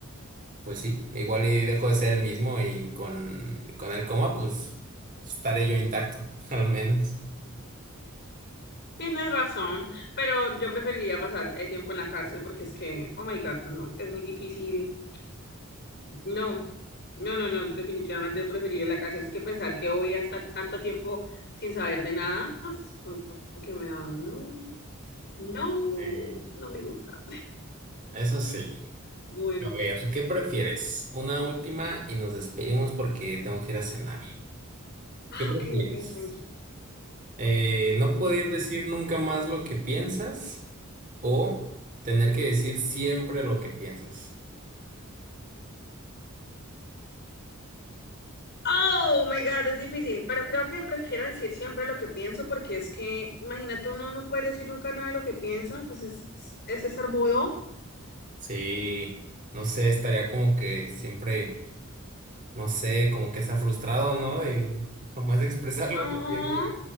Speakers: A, on the right; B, on the left.
A: pues sí, igual y dejo de ser el mismo y con, con el coma pues estaré yo intacto, <laughs> al menos.
B: Tienes razón, pero yo preferiría pasar el tiempo en la cárcel porque es que, oh my God, no, es muy difícil. No, no, no, no, definitivamente preferiría la cárcel. Es que pensar que voy a estar tanto tiempo sin saber de nada, es como que me da, no, no,
A: Mm,
B: no me gusta.
A: Eso sí.
B: Bueno,
A: A ver, ¿qué prefieres? Una última y nos despedimos porque tengo que ir a cenar.
B: ah,
A: ¿Qué prefieres?
B: ok, ok, tranquilo,
A: Eh, ¿no poder
B: dime.
A: decir nunca más lo que piensas o tener que decir siempre lo que piensas?
B: Oh my God, es difícil, pero creo que prefiero decir siempre lo que pienso porque es que, imagínate uno no puede decir nunca nada de lo que piensa, pues es, es estar mudo.
A: Sí, no sé, estaría como que siempre, no sé, como que está frustrado, ¿no? De jamás expresar lo
B: Ajá,
A: que piensas.